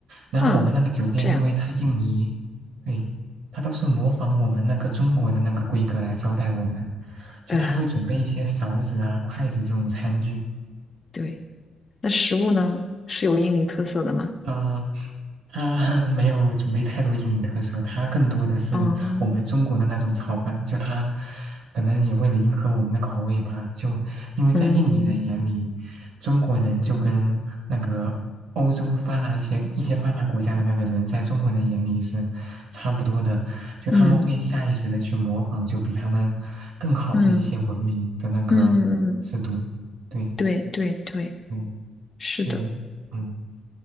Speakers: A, on the right (about 90°); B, on the left (about 30°).
A: 然后我们那个酒店，
B: 啊，这样。
A: 因为它印尼，对，它都是模仿我们那个中国的那个规格来招待我们，就他会准备一些勺子啊、
B: 呃。
A: 筷子这种餐具，
B: 对，那食物呢是有印尼特色的吗？
A: 呃，他 <laughs> 没有准备太多印尼特色，他更多的是我们中国的那种炒饭。
B: 哦，
A: 就他可能也为了迎合我们的口味吧，就因为在印尼人眼里，
B: 嗯
A: 中国人就跟那个欧洲发达一些一些发达国家的那个人，在中国人眼里是差不多的，就他们会下意识的去模仿，
B: 嗯
A: 就比他们更好的一些文明的那个制度。
B: 嗯嗯嗯，嗯，
A: 对，
B: 对对对，
A: 嗯，
B: 是的，
A: 所以。嗯。